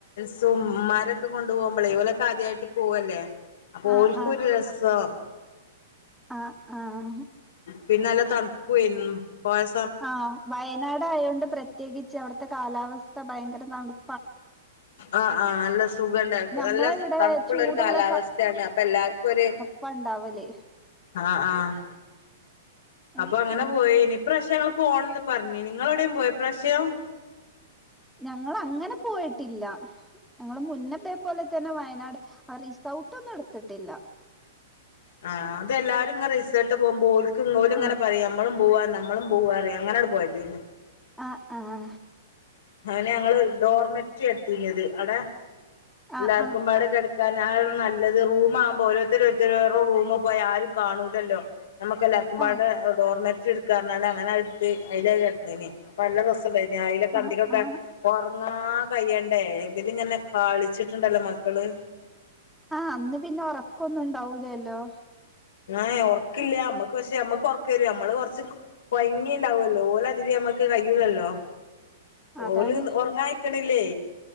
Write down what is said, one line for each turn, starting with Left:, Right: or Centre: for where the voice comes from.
Left: ഉം ഇവന്മാരെ ഒക്കെ കൊണ്ടുപോകുമ്പോള ഇവലൊക്കെ ആദ്യമായിട്ട് പോവല്ലേ അപ്പൊ
Centre: ആ ആ
Left: ഓള്ക്കോരു രസവ
Centre: ആഹ് ആഹ്
Left: പിന്നെ നല്ല തണുപ്പും ആയിരുന്നു പോയ-
Centre: ആഹ് വയനാട് ആയൊണ്ട് പ്രത്യേകിച്ച് അവിടുത്തെ കാലാവസ്ഥ ഭയങ്കര തണു-
Left: ആഹ് ആഹ് നല്ല- സുഖയുണ്ടായിരുന്നു
Centre: ഞമ്മളെ
Left: നല്ല
Centre: ഇവിടെ
Left: തണുപ്പുള്ള
Centre: ചൂടുള്ള
Left: ഒരു കാലാവസ്ഥയാണ് അപ്പൊ എല്ലാവർക്കും ഒരു-
Centre: ഇപ്പൊ ഒണ്ടാവല്
Left: ആഹ് ആഹ് അപ്പൊ
Centre: ആഹ്
Left: അങ്ങനെ
Centre: ആഹ്
Left: പോയി ഇനി പ്രാവശ്യം ഞങ്ങള് പോണംന്ന് പറഞ് നിങ്ങളെവിടെയും പോയോ ഈ പ്രാവശ്യം
Centre: ഞങ്ങള് അങ്ങനെ പോയിട്ടില്ല ഞങ്ങള് മുന്നത്തെ പോലെ തന്നെ വയനാട് ആ റിസോർട്ടൊന്നും എടുത്തിട്ടില്ല
Left: ആഹ് അത് ലാരും ഇങ്ങ റിസർട്ട് പോകുമ്പോ ഓക്ക് ഇങ്ങ് ഓല് ഇങ്ങനെ
Centre: ആഹ്
Left: പറയും മ്പളും പോവാ നമ്മ നമ്മളും പോവാറ അങ്ങന അടെ പോയതെന്ന്
Centre: ആഹ് ആ ആ
Left: അവനെ ഞങ്ങള് ഡോർമെറ്റ് എടുത്തി നിയത് അടാ
Centre: ആഹ്
Left: എല്ലാർക്കും
Centre: ആഹ്
Left: പാടെ കെടക് ക്കാൻ ആ ഒരു നല്ലത് റൂമാ ആവുമ്പോ ഓരോരുത്തരോരുത്തര് ഓരോ റൂമ് പോയാ ആരും കാണൂലല്ലോ നമുക്ക് എല്ലാർക്കു പാടെ
Centre: ആഹ്
Left: ഡോർമെറ്റ് റ്റ് എടുക്കാന്ന് റഞ്ഞ് അങ്ങനെ അടുത്ത് അതില കെടന്നിന് അപ്പൊല്ല രസണ്ടായിന് അലൊക്കെ
Centre: ആഹ്
Left: അന്തിക്കൊക്കെ
Centre: ആഹ്
Left: ഉറങ്ങാ കയ്യണ്ടേ ഇതിലിങ്ങനെ കളിച്ചിട്ടുണ്ടല്ലോ മക്കള്
Centre: ആഹ് അന്ന് പിന്നെ ഉറക്കൊന്നും ഉണ്ടാവൂലല്ലോ
Left: ആഹ് ഉറക്കില്ല നമ്മക്ക് പക്ഷേ നമ്മക്ക് ഉറക്ക വരും നമ്മള് കൊറച്ച്- കൊയങ്ങി ണ്ടാവല്ലോ ഓല് അതില് നമ്മുക്ക് കഴ്യല്ലല്ലോ
Centre: അതാണ്
Left: ഓല് ഉറങ്ങായിക്കണില്ലേ